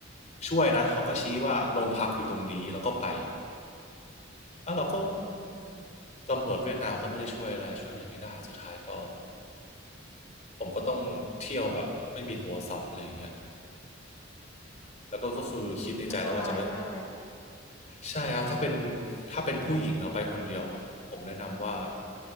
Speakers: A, on the left; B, on the left.
A: ช่วยนะเขาก็ชี้ว่าโรงพักอยู่ตรงนี้แล้วก็ไปแล้วเราก็
B: อืม
A: ตำรวจเวียดนามเขาไม่ได้ช่วยอะไรช่วยอะไรไม่ได้สุดท้ายก็ผมก็ต้องเที่ยวแบบไม่มีโทรศัพท์อะไรอย่างเงี้ยแล้วก็ก็คือคิดในใจแล้วว่าจะไม่
B: อันตรายมาก
A: ใช่ครับถ้าเป็นถ้าเป็นผู้หญิงเราไปคนเดียวผมแนะนำว่า